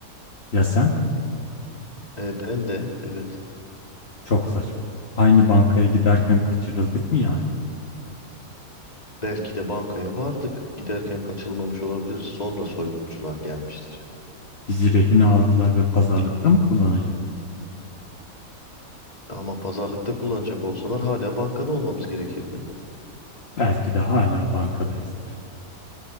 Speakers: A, on the left; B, on the left.
A: Ya sen?
B: E, ben de evet.
A: Çok saçma. Aynı bankaya giderken kaçırıldık mı yani?
B: Belki de bankaya vardık. Giderken kaçılmamış olabiliriz. Sonra soyguncular gelmiştir.
A: Bizi rehine aldılar ve pazarlıkta mı kullanacaklar?
B: Ama pazarlıkta kullanacak olsalar hala bankada olmamız gerekirdi.
A: Belki de hala bankadayızdır.